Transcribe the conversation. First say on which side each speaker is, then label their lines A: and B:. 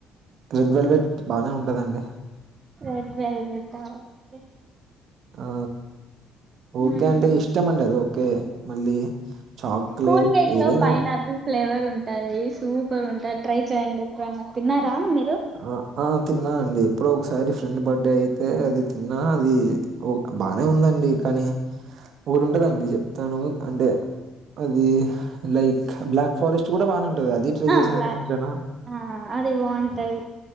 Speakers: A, on the right (about 50°); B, on the right (about 35°).
A: రెడ్ వెల్వెట్ బానే ఉంటదండి
B: రెడ్ వెల్వెట్ ఆ ఓకే
A: ఆ ఓకే
B: మ్మ్
A: అంటే ఇష్టమండి అది ఓకే మళ్ళీ చాక్లేెట్
B: కూల్ కేక్
A: ఏదైనా
B: లో పైనాపిల్ ఫ్లేవర్ ఉంటాది సూపర్ ఉంటాది ట్రై చేయండి ఎప్పుడన్న తిన్నారా మీరు
A: ఆ ఆ తిన్నా అండి ఎప్పుడో ఒకసారి ఫ్రెండ్ బర్త్డే అయితే అది తిన్నా అది ఓ బానే ఉందండి కానీ ఊరుంటదండి చెప్తాను అంటే అది లైక్ బ్లాక్ ఫారెస్ట్ కూడా బానే ఉంటది అది ట్రై
B: ఆ
A: చేశారా
B: బ్లా
A: మీరెప్పుడైనా
B: ఆ అది బాంటది